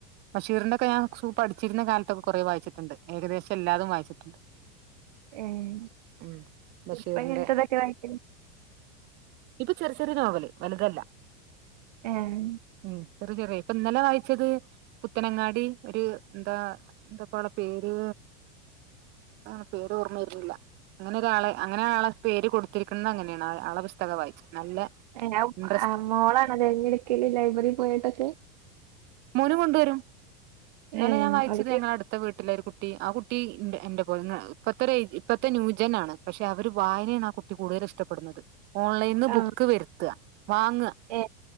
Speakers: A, on the right (about 50°); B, on the right (about 75°).
A: ബഷീറിന്റൊക്കെ ഞാൻ സ് പഠിച്ചിരുന്ന കാലത്തൊക്കെ കുറെേ വായിച്ചിട്ടുണ്ട് ഏകദേശം എല്ലാതും വായിച്ചിട്ടുണ്ട്
B: ഏഹ്
A: ഉം ബഷീറിന്റെ
B: ഇപ്പൊ ഇനട്ടതൊക്കെ വായിക്കും
A: ഇപ്പൊ ചെറിയ ചെറിയ നോവല് വലുതല്ല
B: ആഹ്
A: ഉം ചെറിയ ചെറിയ ഇപ്പൊ ഇന്നലെ വായിച്ചത് പുത്തനങ്ങാടി ഒരു എന്താ എന്താപ്പോളേ പേര് ആഹ് പേര് ഓർമ വെരുന്നില്ല അങ്ങനെ ഒരാളെ അങ്ങനെ ആളെ പേര് കൊടുത്തിരിക്കണത് അങ്ങനെയാണ് ആളെ പുസ്തകം വായിച്ചേ നല്ല
B: ഏഹ്
A: ഇൻട്രസ്റ്റ്
B: മോളാണൊ തെരഞ്ഞെടുക്കല് ലൈബ്രറിയിൽ പോയിട്ടൊക്കെ
A: മോനും കൊണ്ടുവരും ഇന്നലെ
B: ഏ
A: ഞാൻ വായിച്ചത്
B: അവൾക്ക്
A: ഞങ്ങളെ അടുത്ത് ടുത്ത വീട്ടിലെ ഒരു കുട്ടി ആഹ് കുട്ടി എന്റെ പോലെ ഇപ്പത്തെ ഇപ്പത്തെ ന്യൂജെൻ ആണ് പക്ഷെ അവര് വായനാണ് ആഹ് കുട്ടി കൂടുതൽ ഇഷ്ടപ്പെടുന്നത് ഓൺലൈനിൽ നിന്ന്
B: ആ
A: ബുക്ക് വരുത്തുക വാങ്ങുക
B: ഏ